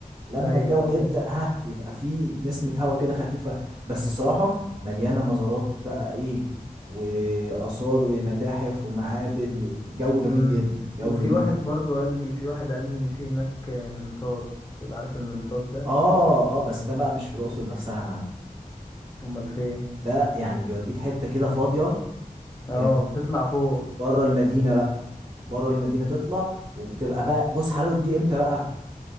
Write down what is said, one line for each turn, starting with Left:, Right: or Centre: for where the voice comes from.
Right: لما
Left: ايوه
Right: الجو
Left: ايوه
Right: يبدا ها يبقى في نسمه هواء كده خفيفه بس الصراحه مليانه مزارات بقى ايه واثار ومتاحف ومعابد وجو جميل
Left: أمم.
Right: جدا جو
Left: وفي
Right: جميل
Left: واحد
Right: جدا
Left: برضو قال لي في واحد قال لي ان في هناك منطاد عارف المنطاد ده
Right: اه اه بس ده بقى مش في الاقصر نفسها يا معلم
Left: امال فين
Right: ده يعني بيوديك حته كده فاضيه فاهم،
Left: اه بتطلع فوق
Right: بره المدينه بقى بره المدينه تطلع وبتبقى بقى بص حلاوه دي امتى بقى